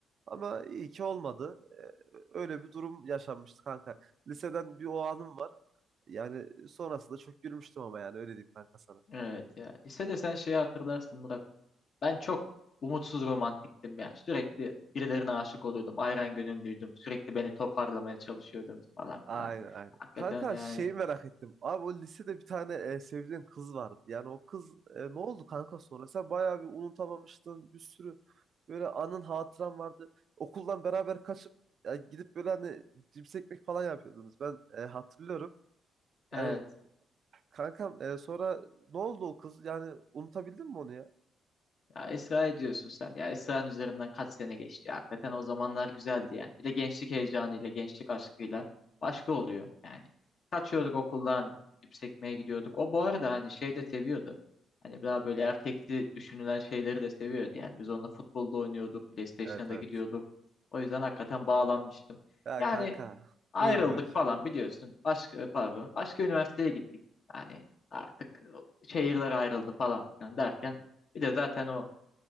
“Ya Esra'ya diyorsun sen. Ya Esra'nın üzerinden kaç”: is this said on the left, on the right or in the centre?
Left